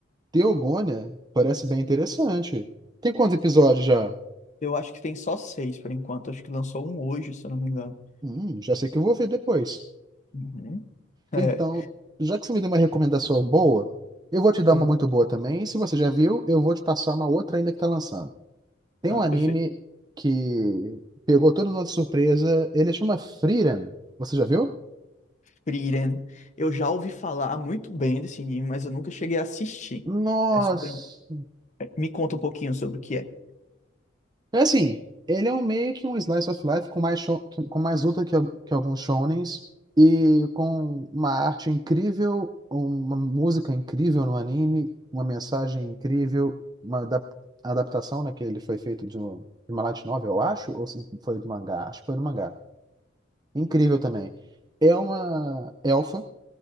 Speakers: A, on the right (about 20°); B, on the left (about 35°).
A: Teogônia parece bem interessante. Tem quantos episódios já?
B: Eu acho que tem só seis por enquanto, acho que lançou um hoje, se eu não me engano.
A: Hum, já sei que eu vou ver depois.
B: Uhum. <laughs> É.
A: Então, já que você me deu uma recomendação boa, eu vou te dar
B: Hum.
A: uma muito boa também. Se você já viu, eu vou te passar uma outra ainda que tá lançando. Tem
B: Pronto,
A: um anime
B: perfeito.
A: que pegou todo mundo de surpresa. Ele chama Frieren. Você já viu?
B: Frieren. Eu já ouvi falar muito bem desse anime, mas eu nunca cheguei a assistir.
A: Nossa!
B: É sobre um... é, Me conta um pouquinho sobre o que é.
A: É assim, ele é um meio que um slice of life com mais, sho- com mais luta que, al- que alguns shonens e com uma arte incrível, uma música incrível no anime, uma mensagem incrível, uma adap- adaptação, né, que ele foi feito de, um- de uma light novel, eu acho, ou se foi do mangá, acho que foi do mangá. Incrível também. É uma elfa